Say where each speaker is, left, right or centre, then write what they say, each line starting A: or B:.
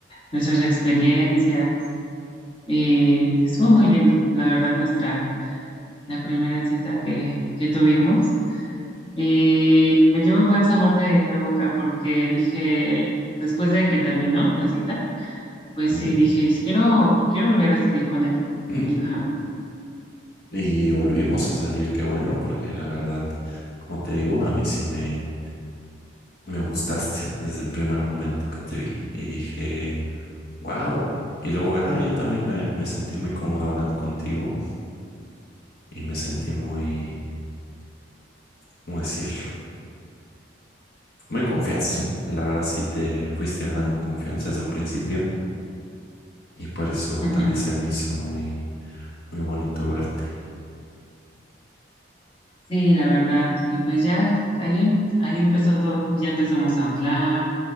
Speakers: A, on the left; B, on the left.
A: nuestras experiencias. Y estuvo muy lindo, la verdad, nuestra, la primera cita que, que tuvimos. Y me llevó un buen sabor de, de boca porque dije, después de que terminó la cita, pues
B: ¿Mm?
A: sí, dije, quiero, quiero volver a salir con él.
B: Mm.
A: Ajá,
B: Y volvimos a salir, qué bueno, porque la verdad, como te digo, a mí sí me, me gustaste <laughs> desde el primer momento que te vi y dije, wow. Y luego, ajá, yo también me, me sentí muy cómodo hablando contigo y me sentí muy, ¿cómo decirlo? Muy en confianza. O sea, la verdad sí te fuiste ganando mi confianza desde un principio y por eso
A: ajá.
B: también se me hizo muy, muy bonito verte.
A: Sí, la verdad. Y pues ya ahí, em- ahí empezó todo. Y ya empezamos a hablar